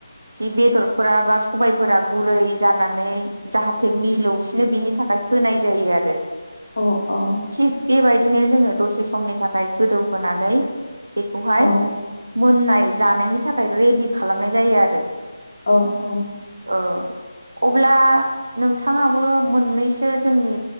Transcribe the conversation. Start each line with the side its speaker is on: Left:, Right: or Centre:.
Right: जि बेदरफोरा बा सबायफोरा गुरै जानानै जाहाथे मिलौसिनो बिनि थाखाय होनाय जायो आरो
Left: औ औ
Right: थिग बेबायदिनो जोङो दसे समनि थाखाय गोदोव होनानै बेखौहाय
Left: औ
Right: मोननाय जानायनि थाखाय रेडि खालामनाय जायो आरो।
Left: औ औ
Right: औ अब्ला नोंथाङाबो मोननैसो जोंनि